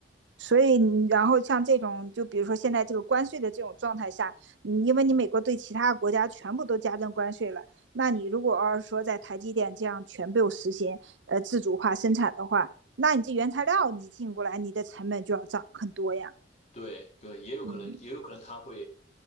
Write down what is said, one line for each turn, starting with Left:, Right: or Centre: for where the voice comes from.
Right: 所以你然后像这种，就比如说现在这个关税的这种状态下，你因为你美国对其他国家全部都加征关税了，那你如果要是说在台积电这样全部实行呃自主化生产的话，那你这原材料你进过来，你的成本就要涨很多呀。
Left: 对对，也有可能，
Right: 嗯
Left: 也有可能他会